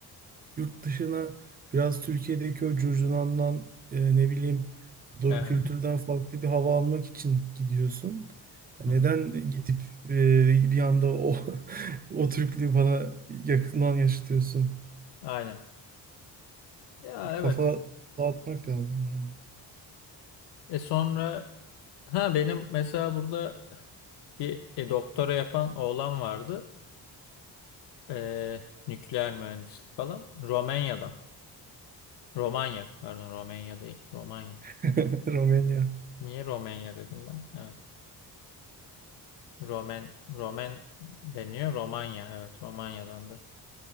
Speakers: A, on the right; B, on the left.
A: yurt dışına biraz Türkiye'deki o curcunandan e, ne bileyim doğu
B: <laughs>
A: kültürden farklı bir hava almak için gidiyorsun. Ya
B: Hı
A: neden
B: hı.
A: gidip e, bir anda o <laughs> o Türklüğü bana yakından yaşatıyorsun?
B: Aynen. Ya evet.
A: Kafa dağıtmak lazım yani.
B: E sonra ha benim mesela burada bir e, doktora yapan oğlan vardı. E, nükleer mühendislik falan. Romanya'dan. Romanya. Pardon Romanya değil. Romanya.
A: <laughs> Romanya.
B: Niye Romanya dedim ben? Evet. Romen, Romen deniyor. Romanya. Evet Romanya'dandı.